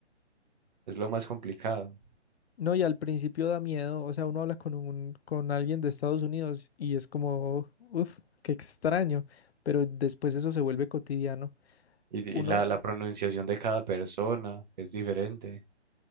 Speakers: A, on the right; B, on the left.
A: es lo más complicado.
B: No, y al principio da miedo. O sea, uno habla con un, con alguien de Estados Unidos y es como, uff, qué extraño. Pero después eso se vuelve cotidiano.
A: Y,
B: Uno
A: y la, la pronunciación de cada persona es diferente.